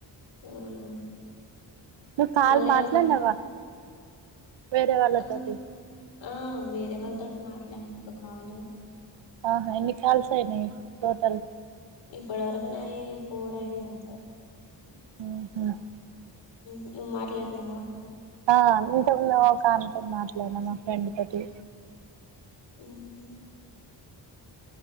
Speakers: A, on the left; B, on the right.
A: అవునా
B: ను కాల్
A: మళ్ళీ
B: మాట్లానవా
A: ఎవరికి
B: వేరే వాళ్ళతోటి,
A: ఆ ఆ వేరే వాళ్ళతోటి మాట్లాడిన ఒక కాల్
B: ఆహా ఎన్ని కాల్స్ అయినయ్ టోటల్
A: ఇప్పటి వరకు నాయి ఫోర్ అయినా ఎంతె
B: <unintelligible>
A: నువ్వు మాట్లాన్నావా
B: ఆ ఇంత ముందు ఒక ఆమెతో మాట్లాడినా మా ఫ్రెండ్ తోటి
A: <unintelligible>